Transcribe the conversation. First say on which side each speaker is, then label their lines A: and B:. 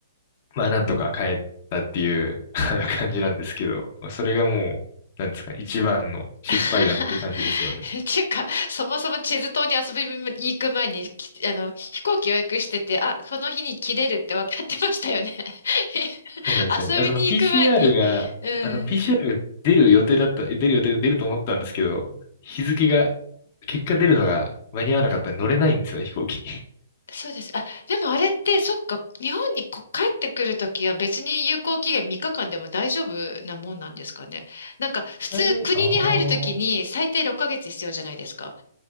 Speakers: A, on the left; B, on the left.
A: まあ、なんとか帰ったっていうあの感じなんですけど、それがもう、なんですかね、一番の失敗談っていう感じですよね。
B: <laughs> っていうか、そもそもチェズ島に遊びに行く前に、きあの、飛行機予約してて、あ、この日に切れるって分かってましたよね。<laughs>
A: そうなんですね。
B: 遊びに行く前に、
A: あその PCR が、
B: うん。
A: あの、PCR が出る予定だった、え出る予定、出ると思ったんですけど、日付が、結果出るのが間に合わなかったんで乗れないんですよね、飛行機に。
B: そうです。あ、でもあれって、そっか、日本にこ帰ってくるときは別に有効期限3日間でも大丈夫なもんなんですかね。なんか、普通国に入るときに最低6ヶ月必要じゃないですか。
A: えー、あー